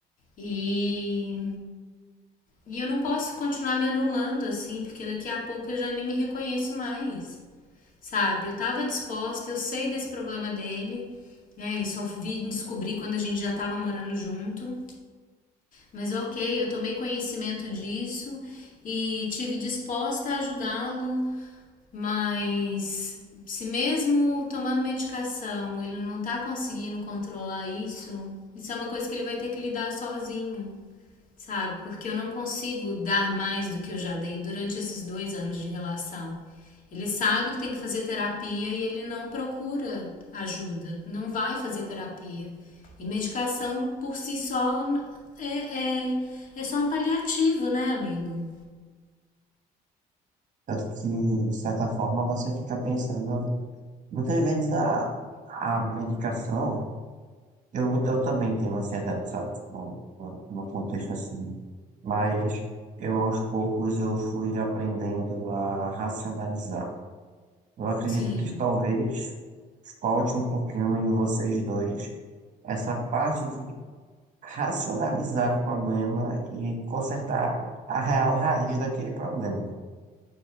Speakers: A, on the left (about 50°); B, on the right (about 50°).
A: E e eu não posso continuar me anulando assim, porque daqui a pouco eu já nem me reconheço mais. Sabe? Eu tava disposta, eu sei desse problema dele, né? Ele só vi descobrir quando a gente já tava morando junto. Mas ok, eu tomei conhecimento disso e tive disposta a ajudá-lo, mas se mesmo tomando medicação ele não tá conseguindo controlar isso, isso é uma coisa que ele vai ter que lidar sozinho sabe? Porque eu não consigo dar mais do que eu já dei durante esses dois anos de relação. Ele sabe que tem que fazer terapia e ele não procura ajuda, não vai fazer terapia. E medicação por si só é, é, é só um paliativo, né, amigo?
B: Tanto que, de certa forma, você fica pensando. Muitas vezes a, a medicação. Eu, eu também tenho ansiedade, sabe? Tipo, No no contexto assim. mas eu aos poucos eu fui aprendendo a racionalizar. Eu acredito
A: Sim,
B: que talvez falte um pouquinho em vocês dois essa parte de racionalizar o problema e consertar a real raiz daquele problema.